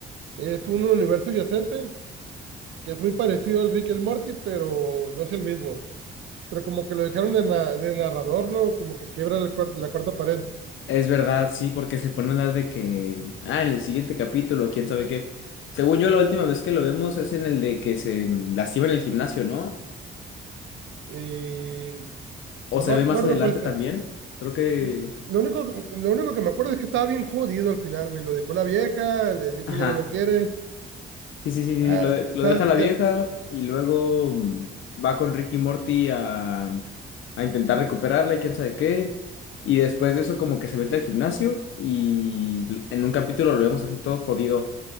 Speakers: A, on the right (about 75°); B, on the left (about 75°).
A: es un universo yacente que es muy parecido al Rick y el Morty, pero no es el mismo. Pero como que lo dejaron de, na- de narrador, ¿no? Como que quiebra la, cuar- la cuarta pared.
B: es verdad, sí, porque se pone a hablar de que, ah, en el siguiente capítulo, quién sabe qué. Según yo, la última vez que lo vemos es en el de que se lastima en el gimnasio, ¿no?
A: Y
B: O
A: no
B: se
A: me acuerdo,
B: ve más adelante
A: pues,
B: también. Creo que,
A: Y Lo único, lo único que me acuerdo es que estaba bien jodido al final, güey. Lo dejó la vieja, el hijo
B: ajá.
A: ya no lo quiere.
B: Sí, sí, sí, sí,
A: Ah,
B: lo, de- lo
A: o
B: deja la vieja
A: ya.
B: y luego mm, va con Ricky y Morty a, a intentar recuperarla y quién sabe qué. Y después de eso como que se mete al gimnasio y l- en un capítulo lo vemos así todo jodido,